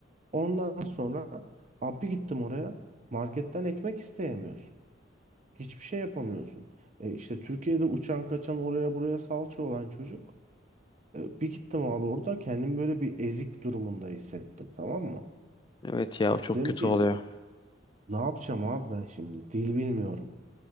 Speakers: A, on the right (about 40°); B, on the left (about 25°).
A: Ondan sonra abi gittim oraya. Marketten ekmek isteyemiyorsun. Hiçbir şey yapamıyorsun. E işte Türkiye'de uçan kaçan oraya buraya salça olan çocuk. E bir gittim abi orada kendimi böyle bir ezik durumunda hissettim tamam mı?
B: Evet ya o çok
A: Dedim
B: kötü
A: ki
B: oluyor.
A: ne yapacağım abi ben şimdi? Dil bilmiyorum.